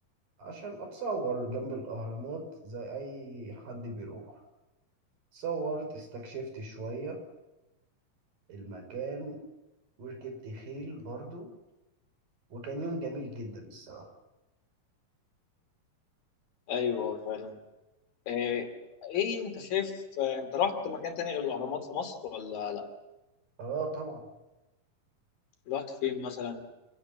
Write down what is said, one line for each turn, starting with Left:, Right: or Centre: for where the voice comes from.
Right: عشان اتصور جنب الاهرامات زي اي حد بيروح صورت استكشفت شوية المكان وركبت خيل برضو وكان يوم جميل جدا الصراحة
Left: ايوه فعلا آه، ايه انت شايف آه، انت رحت مكان تاني غير الاهرامات في مصر ولا لا
Right: اه طبعا
Left: رحت فين مثلا